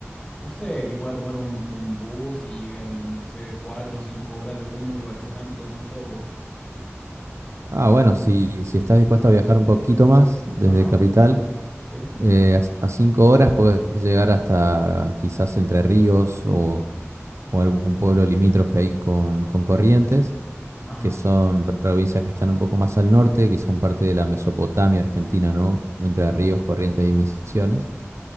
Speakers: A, on the left; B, on the right.
A: no sé, que pueda tomar un, un bus y lleguen, no no sé, cuatro o cinco horas de bus, no me parece tanto tampoco.
B: Ah, bueno, si, si estás dispuesto a viajar un poquito más desde
A: Ajá,
B: Capital,
A: sí,
B: eh, a, a cinco horas puedes llegar hasta quizás Entre Ríos o, o algún pueblo limítrofe ahí con, con Corrientes,
A: ajá.
B: que son provincias que están un poco más al norte, que son parte de la Mesopotamia argentina, ¿no? Entre Ríos, Corrientes y Misiones.